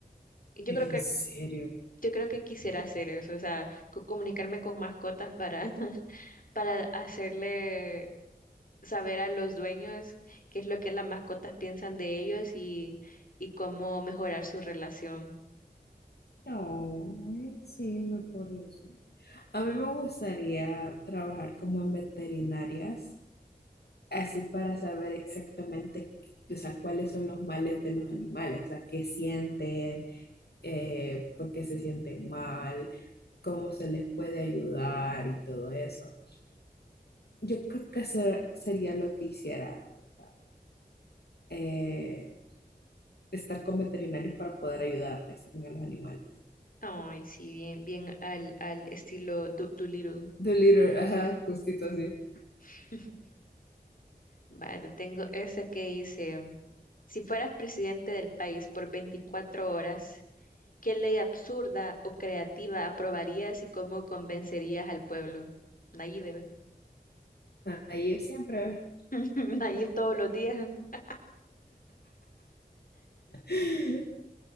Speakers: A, on the left; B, on the left.
A: Y Yo
B: ¿En
A: creo que,
B: serio?
A: yo creo que quisiera hacer eso, o sea, co- comunicarme con mascotas para, <laughs> para hacerle saber a los dueños qué es lo que las mascotas piensan de ellos y, y cómo mejorar su relación.
B: No, ay, sí, me por eso. A mí me gustaría trabajar como en veterinarias así para saber exactamente, o sea, cuáles son los males de los animales, o sea, qué sienten, eh, por qué se sienten mal, cómo se les puede ayudar y todo eso. Yo creo que eso sería lo que hiciera, o sea, eh, estar con veterinarios para poder ayudarles también a los animales.
A: Ay, sí, bien, bien al, al estilo Do- Doolittle.
B: Dolittle, ajá, justito así.
A: <laughs> Vale, te tengo esa que dice, si fueras presidente del país por 24 horas, ¿Qué ley absurda o creativa aprobarías y cómo convencerías al pueblo? Nayib, bebé.
B: Ahí siempre.
A: <laughs> Nayib todos los días. <laughs>
B: <laughs>